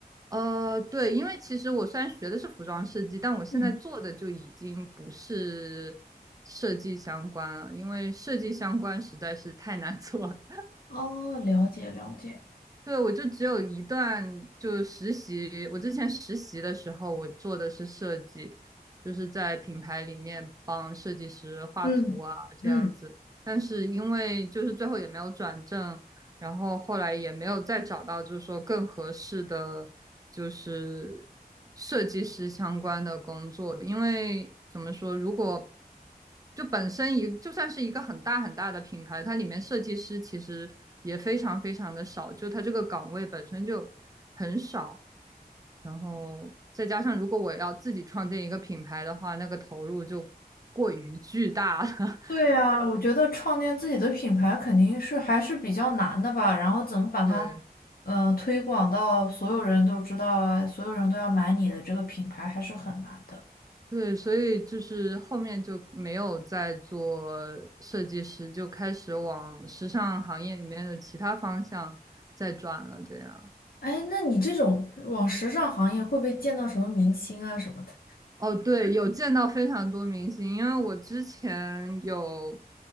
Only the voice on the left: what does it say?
嗯，
哦，了解了解，
嗯。
嗯。
对呀，我觉得创建自己的品牌肯定是还是比较难的吧，然后怎么把它，
呃，推广到所有人都知道啊，所有人都要买你的这个品牌还是很难的。
哎，那你这种往时尚行业会不会见到什么明星啊什么的？